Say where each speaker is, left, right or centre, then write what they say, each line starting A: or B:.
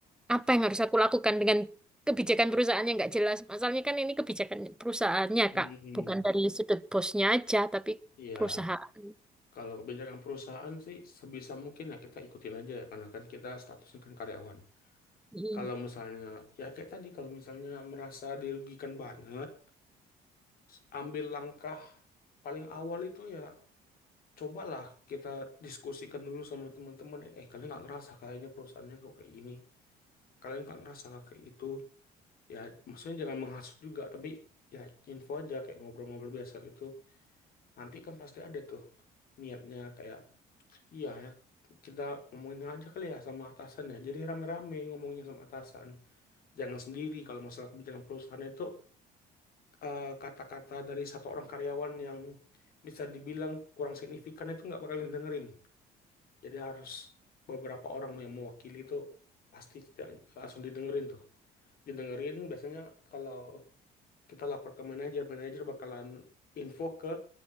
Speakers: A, in the centre; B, on the left.
A: Apa yang harus aku lakukan dengan kebijakan perusahaannya nggak jelas? Masalahnya kan ini kebijakan perusahaannya,
B: Hmm.
A: Kak, bukan dari sudut bosnya aja, tapi
B: Iya,
A: perusahaan.
B: kalau kebijakan perusahaan sih sebisa mungkin ya kita ikutin aja ya, karena kan kita statusnya kan karyawan.
A: Hmm.
B: Kalau misalnya, ya kayak tadi, kalau misalnya merasa dirugikan banget, s- ambil langkah paling awal itu ya cobalah kita diskusikan dulu sama teman-teman. Eh, kalian nggak ngerasa kah ini perusahaannya kok kayak gini? Kalian nggak ngerasa kah kayak gitu? Ya, maksudnya jangan menghasut juga, tapi ya info aja kayak ngobrol-ngobrol biasa gitu. Nanti kan pasti ada tuh niatnya kayak, iya ya, kita ngomongin aja kali ya sama atasan ya. Jadi rame-rame ngomongnya sama atasan. Jangan sendiri kalau masalah kebijakan perusahaan itu eh, kata-kata dari satu orang karyawan yang bisa dibilang kurang signifikan itu nggak bakal dengerin Jadi harus beberapa orang yang mewakili itu pasti tidak langsung didengerin tuh. Didengerin biasanya kalau kita lapor ke manajer, manajer bakalan info ke